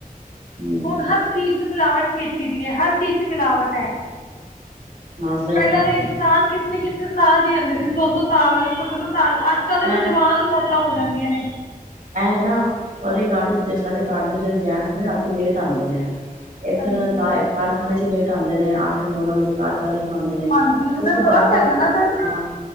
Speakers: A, on the right (about 85°); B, on the left (about 85°).
A: ਹੂੰ
B: ਹੁਣ ਹਰ ਚੀਜ਼ ਮਿਲਾਵਾਟ ਕੀਤੀ ਸੀ ਹਰ ਚੀਜ਼ ਚ ਮਿਲਾਵਟ ਹੈ।
A: ਹਾਂ ਸਹੀ
B: ਪਹਿਲਾਂ
A: ਗੱਲ
B: ਤਾਂ ਇਨਸਾਨ
A: ਕੀਤੀ।
B: ਕਿਤਨੇ ਕਿਤਨੇ। ਸਾਲ ਜੀ ਜਾਦੇਂ ਸੀ ਸੌ-ਸੌ ਸਾਲ ਅੱਜ ਕੱਲ੍ਹ ਦੇ
A: ਐ
B: ਤਾਂ ਜਵਾਨ ਮੌਤ ਤਾਂ ਹੋ ਜਾਂਦੀਆਂ ਨੇ।
A: ਐ ਹੈ, ਨਾ ਤੁਹਾਡੇ ਘਰ ਵਿੱਚ ਸਾਡੇ ਘਰ ਵਿੱਚ ਜਿਹੜੇ ਜੈਟਸ ਨੇ ਨਾ ਰਾਤੀ ਲੇਟ ਆਂਦੇ ਨੇ। <unintelligible>
B: ਹਾਂਜੀ
A: ਖਾਣੇ ਚ ਲੇਟ ਆਉਂਦੇ ਨੇ ਅੱਠ- ਅੱਠ, ਨੌਂ -ਨੌਂ ਵਜੇ ਘਰ ਸਾਰੇ ਪਾਉਂਦੇ ਨੇ
B: ਹਾਂਜੀ ਤੇ
A: ਉਸ
B: ਫਿਰ
A: ਤੋਂ
B: ਫ਼ਰਕ
A: ਬਾਅਦ
B: ਪੈਂਦਾ ਨਾ ਫਿਰ
A: ਹਾਂ।